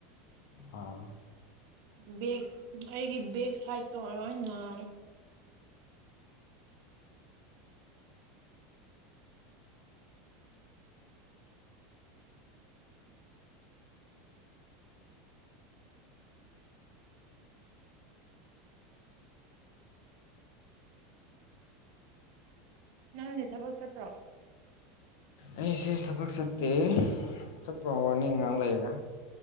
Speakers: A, on the left; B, on the right.
A: ꯑ
B: ꯕꯦꯛ ꯑꯩꯒꯤ ꯕꯦꯛ ꯁꯥꯏꯗꯠꯇꯣ ꯂꯣꯏ ꯅꯥꯔꯦ ꯅꯪꯗꯤ ꯊꯕꯛ ꯆꯠꯇ꯭ꯔꯣ
A: ꯑꯩꯁꯦ ꯊꯕꯛ ꯆꯠꯇꯦ ꯆꯠꯄ ꯋꯥꯔꯅꯤꯡ ꯉꯥꯏꯍꯥꯛ ꯂꯩꯔꯒ